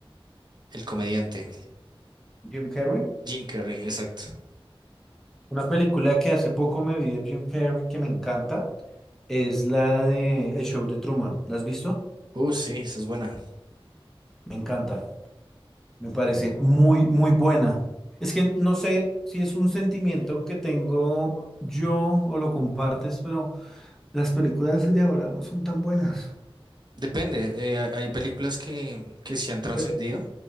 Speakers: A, on the right; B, in the centre.
A: El comediante.
B: Jim Carrey.
A: Jim Carrey, exacto.
B: Una película que hace poco me vi de Jim Carrey que me encanta es la de El Show de Truman. ¿La has visto?
A: Uh, sí, esa es buena.
B: Me encanta. Me parece muy, muy buena. Es que no sé si es un sentimiento que tengo yo o lo compartes, pero las películas de ahora no son tan buenas.
A: Depende, eh, hay hay películas que, que se han trascendido.
B: Pero